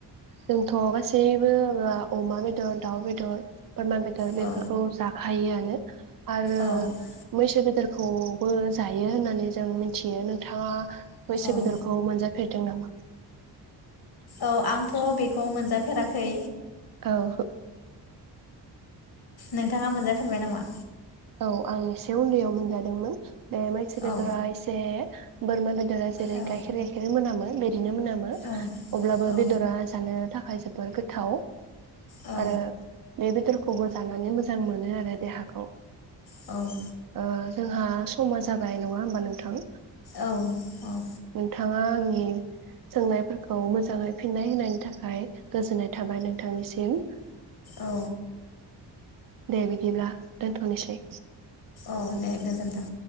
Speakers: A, on the right; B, on the left.
A: जोंथ गासैबो अमा बेदर, दाउ बेदर बोरमा बेदर
B: औ
A: बेफोरखौ जाखायोआनो। <inaudible> आरो
B: औ
A: मैसो बेदरखौबो जायो होननानै जों मिथियो। नोंथाङा बैसो
B: औ
A: बेदरखौ मोनजा फेरदों नामा?
B: औ आंथ बेखौ मोनजाफेराखै
A: औ
B: नोंथाङा मोनजाफेरबाय नामा?
A: औ आं एसे उन्दैयाव मोनजादोंमोन। ए मैसो बेदरा
B: औ
A: एसे बोरमा बेदरा जेरै
B: औ
A: गाइखेर गाइखेर मोनामो बिदिनो मोनामो
B: औ
A: अब्लाबो
B: औ
A: बेदरा जानो थाखाय जोबोर गोथाव
B: औ
A: आरो बे बेदरखौबो जानानै मोजां मोनो आरो देहाखौ।
B: औ
A: ओ जोंहा समा जाबाय नङा होमबा नोंथां?
B: औ
A: ओ थाङा आंनि सोंनायफोरखौ मोजाङै फिननाय होनायनि थाखाय गोजोननाय थाबाय नोंथांनिसिम।
B: औ
A: दे बिदिब्ला दोनथनोसै।
B: औ दे गोजोन्थों।